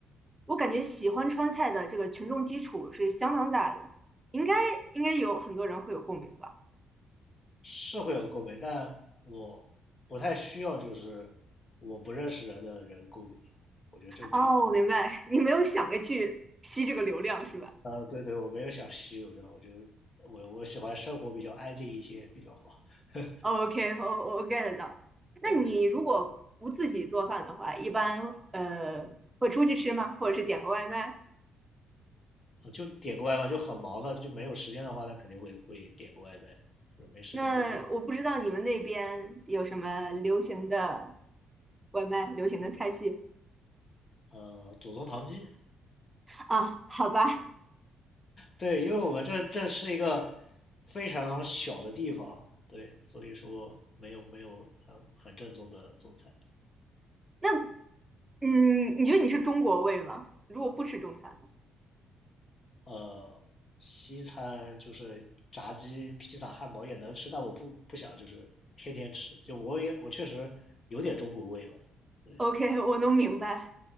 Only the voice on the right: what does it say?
我感觉喜欢川菜的这个群众基础是相当大的，应该应该有很多人会有共鸣吧？
哦，我明白，你没有想着去吸这个流量是吧？
OK，我我我 get 到。那你如果不自己做饭的话，
一般呃会出去吃吗？或者是点个外卖？
那我不知道你们那边有什么流行的外卖、流行的菜系
啊？好吧，
那嗯，你觉得你是中国胃吗？如果不吃中餐呢
？OK，我能明白。